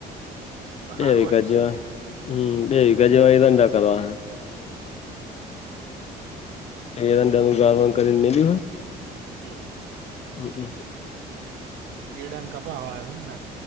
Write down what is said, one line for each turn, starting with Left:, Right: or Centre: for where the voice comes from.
Right: સારું
Left: બે વિકા
Right: હોય
Left: જેવા હમ બે વિકા જેવા એ રંડા કરવા એનું ગ કરીને ન હો
Right: હમ
Left: હમ હમ
Right: એડાન કપાવા ને